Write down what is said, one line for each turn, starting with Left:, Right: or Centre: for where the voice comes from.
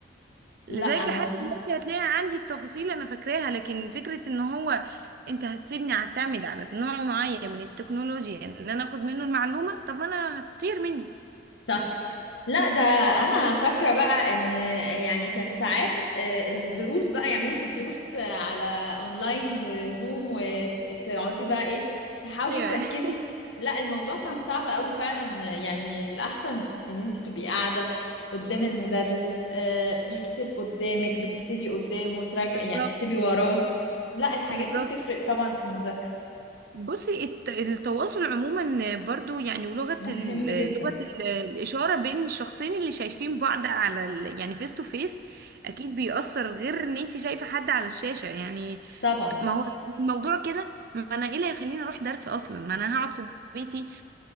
Left: لا
Right: لذلك
Left: انا
Right: لحد
Left: ف...
Right: دلوقتي هتلاقي عندي التفاصيل انا فاكراها لكن فكرة ان هو انت هتسيبني اعتمد على نوع معين من التكنولوجيا ان انا اخد منه المعلومة طب انا هتطير مني
Left: صح لا ده انا فاكره بقى ان يعني كان ساعات آه، الدروس بقى يعمل لك الدروس آه، على اونلاين وزوم وتقعدي بقى ايه تحاولي
Right: ايوه
Left: تركزي
Right: <laughs>
Left: لا الموضوع كان صعب قوي فعلا يعني الاحسن ان انت تبقي قاعده قدام المدرس آه، بيكتب قدامك بتكتبي قدامه وتراجعي
Right: بالظبط
Left: يعني تكتبي وراه لا الحاجات
Right: بالظبط
Left: دي بتفرق طبعا في المذاكره
Right: بصي الت- التواصل عموما برضو يعني ولغة
Left: مهم
Right: ال-
Left: جدا
Right: لغة ال- الإشارة بين الشخصين اللي شايفين بعض على ال- يعني فيس تو فيس أكيد بيأثر غير إن أنت شايفة حد على الشاشة يعني
Left: طبعا
Right: ما هو الموضوع كده ما أنا إيه اللي هيخليني أروح درس أصلا ما أنا هقعد في بيتي